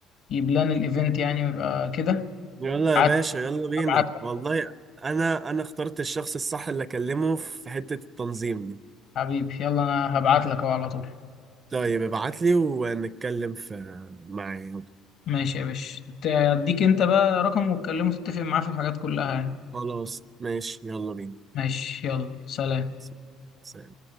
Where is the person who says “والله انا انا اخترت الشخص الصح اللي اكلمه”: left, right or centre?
Right